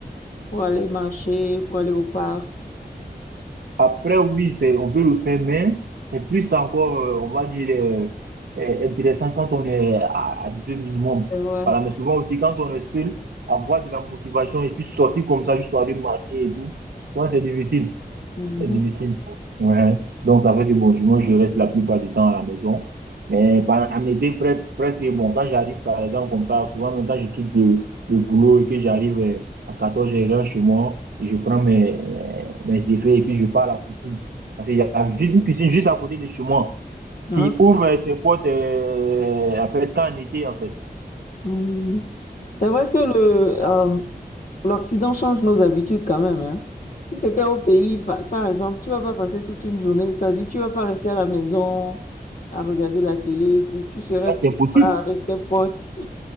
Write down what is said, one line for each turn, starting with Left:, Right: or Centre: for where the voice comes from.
Left: pour aller marcher, pour aller au parc.
Right: Après, oui, c'est, on peut le faire, mais c'est plus encore, euh, on va dire, euh, euh, intéressant quand on est à, à deux minimum.
Left: C'est vrai.
Right: Voilà, mais souvent aussi, quand on est seul, avoir de la motivation et puis sortir comme ça, juste pour aller marcher et tout, je pense que c'est difficile.
Left: Mhm.
Right: C'est difficile. Ouais. Donc, ça fait que bon, du moins, je reste la plupart du temps à la maison. Mais par- en été, pre- presque, bon, quand j'arrive, par exemple, comme ça, souvent, même quand je quitte le, le boulot et que j'arrive euh, à 14 h chez moi, et je prends mes, mes, mes effets et puis je pars à la piscine. Parce qu'il y a ju- une piscine juste à côté de chez moi
Left: Donc,
Right: qui ouvre euh, ses portes, euh, en fait, quand en été, en fait.
Left: mm, c'est vrai que le, euh, L'Occident change nos habitudes quand même, hein. Si c'était au pays, par, par exemple, tu vas pas passer toute une journée, ça dit, tu vas pas rester à la maison à regarder la télé, si tu serais
Right: Ça,
Left: quelque
Right: c'est impossible.
Left: part avec tes potes. <laughs>